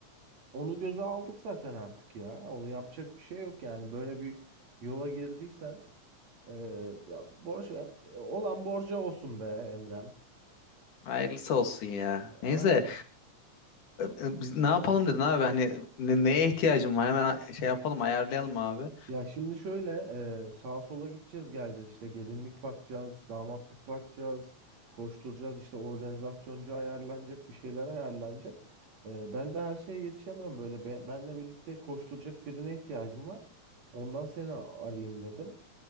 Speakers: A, on the right; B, on the left.
A: onu göze aldık zaten artık ya. Onu yapacak bir şey yok yani. Böyle bir yola girdiysen e, ya borç e, olan borca olsun be Emrem.
B: Hayırlısı olsun ya. Neyse
A: Aynen.
B: e, biz ne yapalım dedin abi hani ne- neye ihtiyacın var hemen a- şey yapalım ayarlayalım abi.
A: Ya şimdi şöyle e, sağa sola gideceğiz geleceğiz işte gelinlik bakacağız, damatlık bakacağız, koşturacağız işte organizasyoncu ayarlanacak bir şeyler ayarlanacak. E, ben de her şeye yetişemiyorum böyle ben, benle birlikte koşturacak birine ihtiyacım var. Ondan seni arayayım dedim.